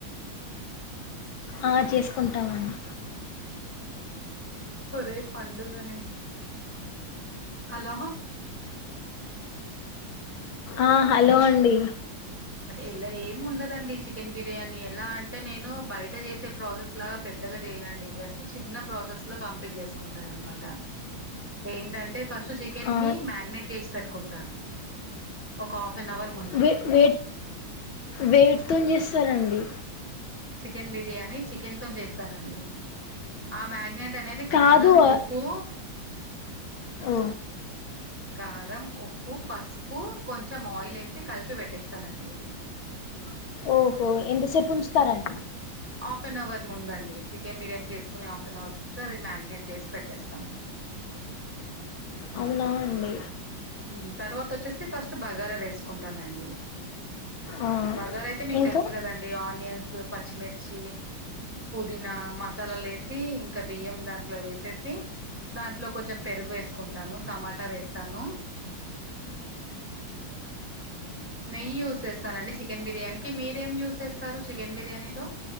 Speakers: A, on the left (about 75°); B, in the centre.
A: ఆ చేసుకుంటామ అండి
B: ఒరే పండుగ నిన్ హలో
A: ఆ హలో అండి
B: ఇలా ఏం ఉండదండి చికెన్ బిర్యానీ ఎలా అంటే నేను బయట చేసే ప్రాసెస్ లాగా పెద్దగా చే ండి జస్ట్ చిన్న ప్రాసెస్ లో కంప్లీట్ చేసుకుంటాన అనమాట ఏంటంటే ఫస్ట్ చికెన్
A: ఆ
B: ని మ్యారినేట్ చేసి పెట్టుకుంటాను. ఒక హాఫ్ అన్ అవర్ ముందు.
A: వే వే వేట్తోన్ చేస్తారండి.
B: చికెన్ బిర్యానీ చికెన్ తోన్ చేస్తానండి ఆ మ్యారినేట్ నేట్ అనేది కారం
A: కాదు ఆ-
B: ఉప్పు
A: ఓ
B: కారం ఉప్పు పసుపు కొంచెం ఆయిల్ వేసి కలిపి పెట్టేస్తానండి. <unintelligible>
A: ఓహో ఎంతసేపు ఉంచుతారండి
B: హాఫ్ అన్ అవర్ ముంద అండి చికెన్ బిర్యానీ చేసుకుని హాఫ్ అన్ అవర్ ముందు అది మ్యారినేట్ చేసి పెట్టేస్తాము. <unintelligible>
A: అవునా అండి
B: ఉమ్ తర్వాత వచ్చేసి ఫస్ట్ బగారా వేసుకుంటానండి
A: ఆ
B: బగార అయితే మీకు
A: ఇంకా
B: తెలుసు కదండి ఆనియన్స్ పచ్చిమిర్చి పుదీనా మసాలాలు ఎసి ఇంకా బియ్యం దాంట్లో వేసేసి దాంట్లో కొంచెం పెరుగు వేసుకుంటాను తమాటా వేస్తాను. <unintelligible> నెయ్యి యూజ్ చేస్తానండి చికెన్ బిర్యానీకి మీరేం యూజ్ చేస్తారు చికెన్ బిర్యానీలో